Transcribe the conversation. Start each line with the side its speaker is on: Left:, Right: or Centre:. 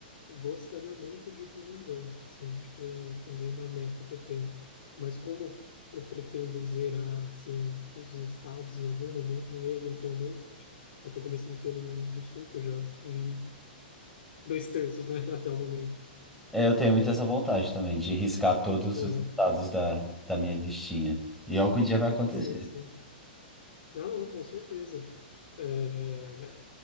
Left: Gostaria muito de ir para o Nordeste, assim, eu acho que é também uma meta que eu tenho. Mas como eu pretendo zerar, assim, todos os estados em algum momento, né, eventualmente, Eu tô começando pelo uso do sul, que eu já vi dois terços, né, <laughs> até o momento.
Centre: É, eu tenho muito essa vontade também de riscar todos
Left: Aham.
Centre: os estados da, da minha listinha. E algum dia vai acontecer.
Left: Sim, sim. Não, não, com certeza. É,